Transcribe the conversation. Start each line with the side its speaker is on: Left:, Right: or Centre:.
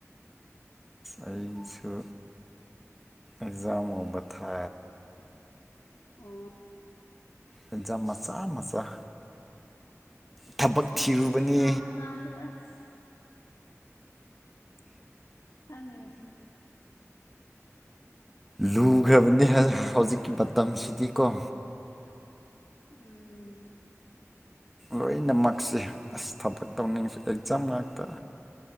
Centre: ꯑꯩꯁꯨ ꯑꯦꯖꯝꯣꯕ ꯊ
Left: ꯑꯣ
Centre: ꯑꯦꯖꯥ ꯃꯆꯥ ꯃꯆꯥ ꯊꯕꯛ
Left: ꯑꯦꯗꯝ
Centre: ꯊꯤꯔꯨꯕꯅꯤ
Left: ꯃꯆꯥ ꯃꯆꯥꯁꯨ ꯑꯁ ꯑꯪ
Centre: ꯂꯨꯈ꯭ꯔꯕꯅꯤ ꯍꯧꯖꯤꯛꯀꯤ ꯃꯇꯝꯁꯤꯗꯤꯀꯣ
Left: ꯎꯝ
Centre: ꯂꯣꯏꯅꯃꯛꯁꯦ ꯑꯁ ꯊꯕꯛ ꯇꯧꯅꯤꯡꯁꯤ ꯑꯦꯛꯖꯥꯝ ꯉꯥꯛꯇ